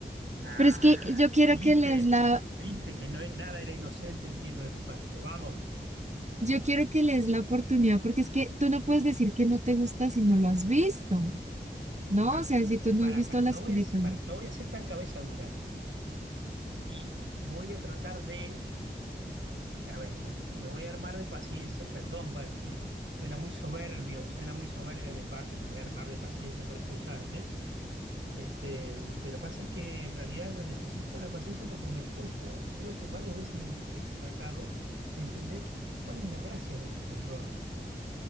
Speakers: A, on the right; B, on the right.
A: Ah,
B: pero es que yo quiero
A: viste,
B: que les la,
A: viste que no, nada era inocente viniendo de tu partido. Vamos,
B: yo quiero que les la oportunidad porque es que tú no puedes decir que no te gusta si no lo has visto, ¿no?
A: ah,
B: O sea, si tú no
A: pará,
B: has visto
A: pará,
B: las
A: no voy
B: películas.
A: a, pará, no voy a ser tan cabeza dura y voy a tratar de, a ver, me voy a armar de paciencia, perdón, pa- que suena muy soberbio, suena muy soberbio de mi parte, me voy a armar de paciencia para escucharte. Este, pero pasa es que en realidad la necesito la paciencia porque me cuesta, creo que varias veces he he tratado de entender cuál es la gracia del terror.